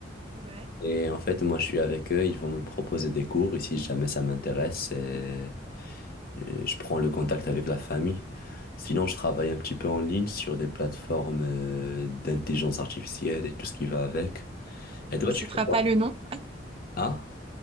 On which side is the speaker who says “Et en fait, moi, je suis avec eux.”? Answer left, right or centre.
Left